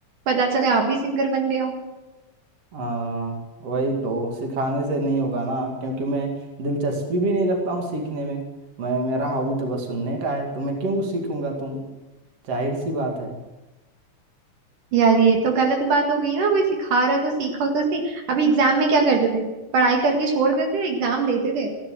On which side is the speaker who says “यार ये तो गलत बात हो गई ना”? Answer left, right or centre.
Right